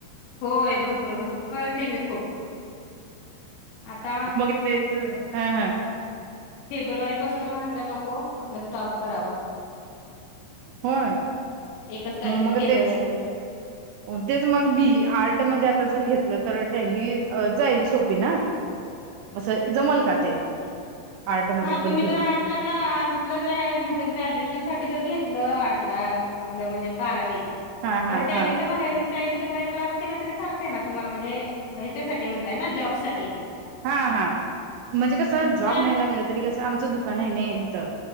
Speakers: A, on the left; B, on the right.
A: होय भरपूर गं पळते मी खूप. आता
B: मग तेचं हा हा.
A: फेब्रुवारी पासून म्हटलं नको आपला स्टॉप करावा.
B: होय
A: एकच काहीतरी
B: मग
A: केलं
B: तेच
A: गरम
B: हो तेच मग बी आर्ट मध्ये आता जर घेतलं तर टॅली अ जाईल सोपी ना. असं जमल का ते? आर्ट मध्ये
A: हा
B: पण
A: तुम्ही
B: घेऊन
A: जर आर टला क्ला आर्टला जर म्हणजे ग्रॅज्युएशन साठी जर घेतलं आर्टला आपलं म्हणजे बारावी
B: हा
A: तर
B: हा
A: टॅलीचा
B: हा
A: बाहेरून टेलीच्या बाहेर क्लास केला तरी चालते ना तुम्हाला म्हणजे ह्याच्यासाठी म्हणताय ना जॉब साठी
B: हा हा म्हणजे कसं जॉब
A: चालेल
B: नाही लागलं तरी कसं आमचं दुकान आहे नाय हिथं